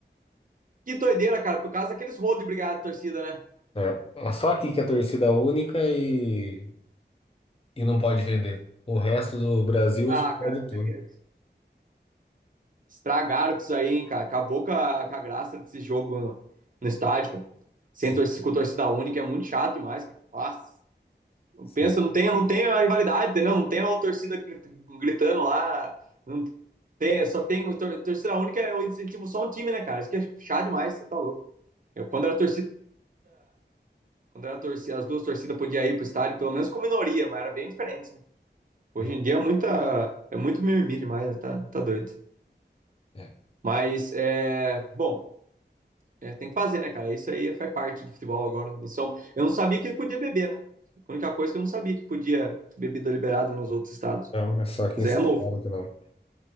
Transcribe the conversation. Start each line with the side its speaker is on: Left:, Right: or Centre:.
Right: Que doideira, cara, por causa daqueles rolos de brigada de torcida, né?
Left: É, é só aqui que é torcida única e, e não pode vender. O resto do Brasil,
Right: Ah,
Left: acho que pode
Right: cara,
Left: tudo.
Right: é, é, estragaram com isso aí, hein, cara. Acabou com a, com a graça desse jogo no, no estádio, cara. Sem
Left: Sim,
Right: torcida, com torcida única é muito chato demais, cara. Nossa.
Left: sim,
Right: pensa, não tem, não tem a rivalidade, entendeu? Não tem a torcida gritando lá, não tem, só tem torcida única, eu incentivo só um time, né, cara? Isso que é chato demais, você tá louco. Eu, quando era torcida, quando era torcida, as duas torcidas podiam ir pro estádio, pelo menos com minoria, mas era bem diferente, né? Hoje
Left: sim.
Right: em dia é muita, é muito mimimi demais, né? tá, tá doido.
Left: é.
Right: Mas, é, bom, é, tem que fazer, né, cara? Isso aí faz parte do futebol agora. Eu não sabia que podia beber, né? A única coisa que eu não sabia que podia bebida liberada nos outros estados.
Left: Não, é só aqui
Right: Mas
Left: em São
Right: aí é novo.
Left: Paulo que não.